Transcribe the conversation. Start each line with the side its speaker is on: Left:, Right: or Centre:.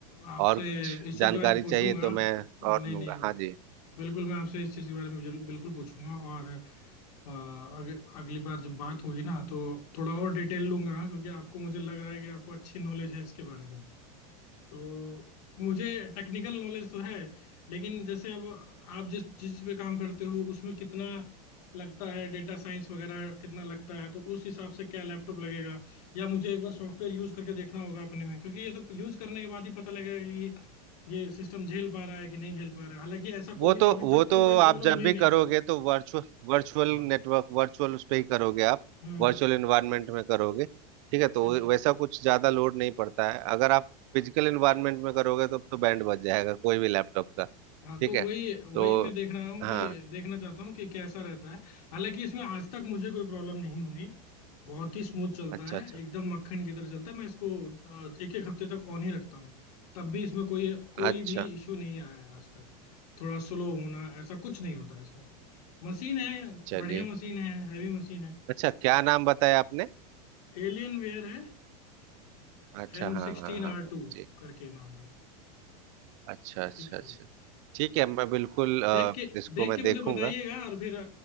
Left: आपसे
Right: और कुछ
Left: इस चीज
Right: जानकारी
Left: के बारे में पूछूंगा
Right: चाहिए तो मैं
Left: नहीं
Right: और लूंगा
Left: नहीं
Right: हाँ जी
Left: बिल्कुल मैं आपसे इस चीज के बारे में जरूर- बिल्कुल पूछूंगा और अ, अग, अगली बार जब बात होगी ना तो थोड़ा और डिटेल लूंगा क्योंकि आपको मुझे लग रहा है कि आपको अच्छी नॉलेज है इसके बारे में तो मुझे टेक्निकल नॉलेज तो है लेकिन जैसे अब आप जिस चीज पे काम करते हो उसमें कितना लगता है डेटा साइंस वगैरह कितना लगता है तो उस हिसाब से क्या लैपटॉप लगेगा या मुझे एक बार सॉफ्टवेयर यूज करके देखना होगा अपने में क्योंकि ये तो यूज करने के बाद ही पता लगेगा कि ये सिस्टम झेल पा रहा है कि नहीं झेल पा रहा है हालांकि ऐसा
Right: वो
Left: कोई भी
Right: तो
Left: अभी
Right: वो
Left: तक
Right: तो
Left: तो कोई
Right: आप
Left: प्रॉब्लम
Right: जब
Left: हुई
Right: भी
Left: नहीं
Right: करोगे तो वर्चुअल वर्चुअल
Left: हाँ
Right: नेटवर्क वर्चुअल उस पर ही करोगे आप
Left: हम्म
Right: वर्चुअल इन्वायरमेंट में करोगे ठीक है तो
Left: क्योंकि
Right: वैसा कुछ ज्यादा लोड नहीं पड़ता है अगर आप फिजिकल इन्वायरमेंट में करोगे तो तो बैंड बज जाएगा कोई भी लैपटॉप का। ठीक
Left: हाँ तो
Right: है
Left: वही वही
Right: तो
Left: मैं देख रहा हूँ
Right: हाँ
Left: कि देखना चाहता हूँ कि कैसा रहता है हालांकि इसमें आज तक मुझे कोई प्रॉब्लम नहीं हुई बहुत ही स्मूथ चलता
Right: अच्छा
Left: है
Right: अच्छा
Left: एकदम मक्खन की तरह चलता है मैं इसको एक एक हफ्ते तक ऑन ही रखता हूँ तब भी इसमें कोई कोई
Right: अच्छा
Left: भी इशू नहीं आया है आज तक थोड़ा स्लो होना ऐसा कुछ नहीं होता इसमें मशीन है
Right: चलिए
Left: बढ़िया मशीन है हैवी मशीन है
Right: अच्छा क्या नाम बताया आपने
Left: एलियन वेयर है
Right: अच्छा
Left: एम
Right: हाँ
Left: सिक्सटीन
Right: हाँ हाँ
Left: आर
Right: हाँ,
Left: टू
Right: जी
Left: करके नाम है
Right: अच्छा अच्छा
Left: ठीक
Right: अच्छा
Left: है
Right: ठीक है मैं बिल्कुल अ,
Left: देख के
Right: इसको
Left: देख
Right: मैं
Left: के मुझे
Right: देखूंगा
Left: बताइएगा और फिर अ,